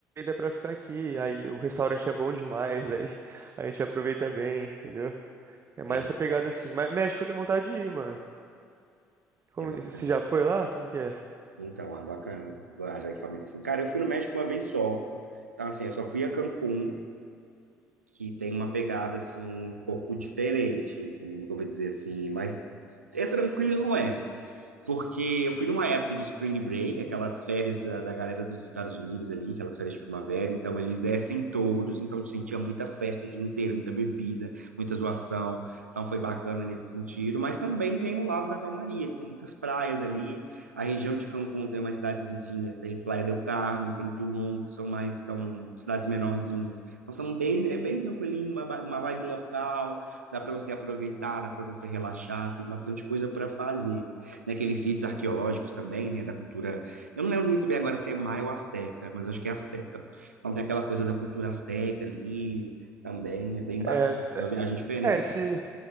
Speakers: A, on the right; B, on the right.
A: pra ficar aqui. Aí o restaurante é bom demais. Aí <laughs> a gente aproveita bem, entendeu? É mais
B: É,
A: essa pegada assim. Mas México eu tenho vontade de ir, mano. Como,
B: é bacana.
A: você já foi lá? Como que é?
B: Então, ah, bacana viajar em família assim. Cara, eu fui no México uma vez só. Então, assim, eu só fui a Cancún, que tem uma pegada assim um pouco diferente, como eu vou dizer assim, mas é tranquilo, não é? porque eu fui numa época de Spring Break, aquelas férias da, da galera dos Estados Unidos ali, aquelas férias de primavera, então eles descem todos, então eu sentia muita festa o dia inteiro, muita bebida, muita zoação, então foi bacana nesse sentido, mas também tem o lado da calmaria, que tem muitas praias ali, a região de Cancún tem umas cidades vizinhas, tem Playa del Carmen, tem Tulum, que são mais, são cidades menorzinhas, então são bem, é bem tranquilinho, uma, ba- uma vibe local, dá para você aproveitar, dá para você relaxar, tem bastante coisa para fazer naqueles sítios arqueológicos também, né, da cultura. Eu não lembro muito bem agora se é maia ou asteca, mas acho que é asteca. Então tem aquela coisa da cultura asteca ali também, é bem bacana,
A: É,
B: uma viagem diferente.
A: é, é, esse.